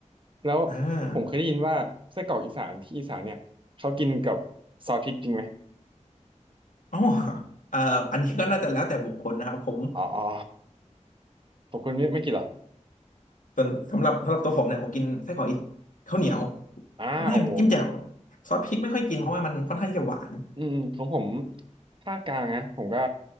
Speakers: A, on the right; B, on the left.
A: แล้ว
B: เออ
A: ผมเคยได้ยินว่าไส้กรอกอีสานที่อีสานเนี่ยเขากินกับซอสพริกจริงไหม
B: อ๋อเอ่ออันนี้ก็น่าจะแล้วแต่บุคคลนะครับผม
A: อ๋ออ๋อผมคุณไม่ไม่กินเหรอ
B: ส่วนสำหรับสำหรับตัวผมเนี่ยผมกินไส้กรอกอีสานข้าวเหนียว
A: อ่าโอ้โห
B: ไม่จิ้มแจ่วซอสพริกไม่ค่อยกินเพราะว่ามันค่อนข้างที่จะหวาน
A: อืมของผมภาคกลางนะผมก็